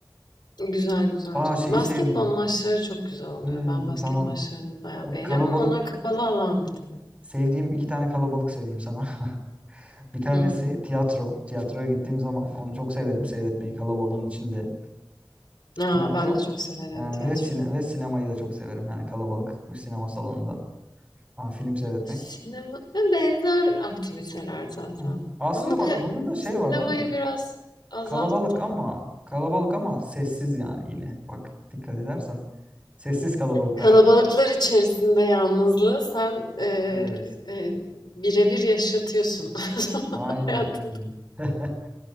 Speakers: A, on the left; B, on the right.
A: Güzel güzel
B: Aa
A: canım.
B: şeyi
A: Basketbol
B: sevdim.
A: maçları çok güzel oluyor.
B: Hmm,
A: Ben basket
B: tamam.
A: maçlarını bayağı
B: Bak
A: beğeniyorum
B: kalabalık.
A: ama onlar kapalı alanda tabii.
B: Sevdiğim iki tane kalabalık söyleyeyim sana. <laughs> Bir tanesi
A: Hı.
B: tiyatro. Tiyatroya gittiğim zaman onu çok severim seyretmeyi kalabalığın içinde.
A: A!
B: Tiyatro
A: Ben de çok severim
B: e,
A: tiyatroyu.
B: ve sine ve sinemayı da çok severim. Yani kalabalık bir sinema salonunda aa, film seyretmek.
A: Sinema ya, benzer aktiviteler zaten
B: Hı hı. Aslında
A: ama
B: bak
A: ben
B: burada da şey
A: sinemayı
B: var değil mi?
A: biraz azalttım.
B: Kalabalık ama kalabalık ama sessiz yani yine. Bak dikkat edersen sessiz kalabalıklar.
A: Kalabalıklar içerisinde yalnızlığı sen, eee,
B: Evet.
A: eee, bire yaşatıyorsun <laughs>
B: Aynen,
A: hayatında.
B: aynen. <laughs>